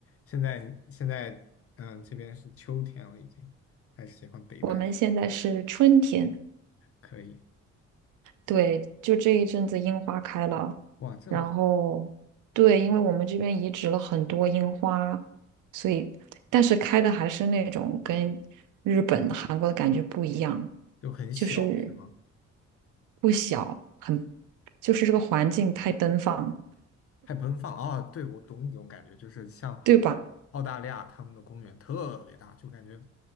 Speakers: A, on the left; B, on the right.
A: 现在现在嗯、这边是秋天了，已经还是喜欢北半天，
B: 我们现在是春天。
A: 可以。
B: 对，就这一阵子樱花开了，
A: 哇，这么好，
B: 然后对，因为我们这边移植了很多樱花，所以但是开的还是那种跟日本、韩国的感觉不一样，
A: 就很小是吗？
B: 就是不小，很，就是这个环境太奔放，
A: 太奔放啊！对，我懂你这种感觉，就是像
B: 对吧？
A: 澳大利亚他们的公园特别大，就感觉